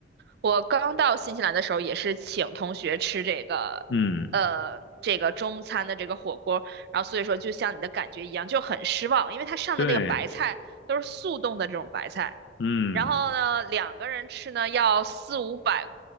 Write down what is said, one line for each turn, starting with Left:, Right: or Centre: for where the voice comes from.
Right: 我刚到新西兰的时候也是请同学吃这个，
Left: 嗯，
Right: 呃，这个中餐的这个火锅，然后所以说就像你的感觉一样，就很失望，因为它上的那个白菜都是速冻的这种白菜。
Left: 对，嗯，
Right: 然后呢，两个人吃呢要四五百